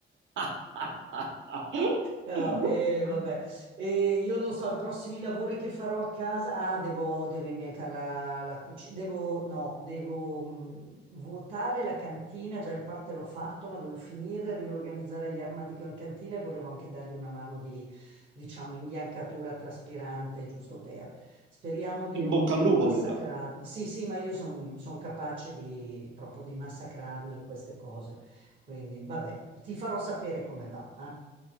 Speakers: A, on the right (about 70°); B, on the right (about 45°).
A: <laughs>
B: No, e vabbè. E io non so, i prossimi lavori che farò a casa. Ah, devo, devo imbiancare la, la cucina. Devo, no, devo mh, vuotare la cantina. Già in parte l'ho fatto, ma devo finire, riorganizzare gli armadi che ho in cantina e volevo anche dargli una mano di, diciamo, imbiancatura traspirante, giusto per. Speriamo di
A: In
B: non
A: bocca al lupo,
B: massacrarmi.
A: allora.
B: Sì, sì, ma io sono capace di, proprio di massacrarmi in queste cose. Quindi, vabbè, ti farò sapere come va. eh.